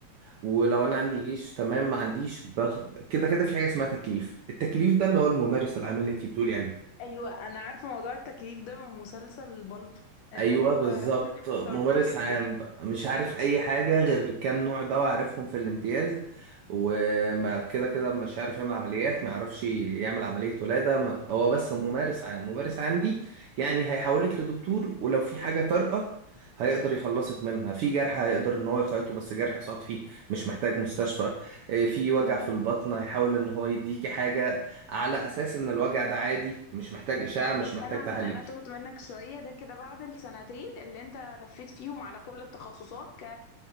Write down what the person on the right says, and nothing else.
ولو انا عندي جيش تمام ما عنديش بخ... كده كده في حاجة اسمها تكليف التكليف ده اللي هو الممارس العام اللي انتي بتقولي عليه
ايوه
بالظبط
ممارس
عام بقى مش عارف اي حاجه غير كام نوع دواء عارفهم في الامتياز وما كده كده مش عارف يعمل عمليات ما يعرفش يعمل عمليه ولاده ما هو بس ممارس عام ممارس عام دي يعني هيحولك لدكتور ولو في حاجه طارئه هيقدر يخلصك منها في جرح هيقدر ان هو يخيطه بس جرح سطحي مش محتاج مستشفى إيه، في وجع
في البطن هيحاول ان هو يديكي حاجه على اساس ان الوجع ده عادي مش محتاج اشعه
مش
محتاج
تحاليل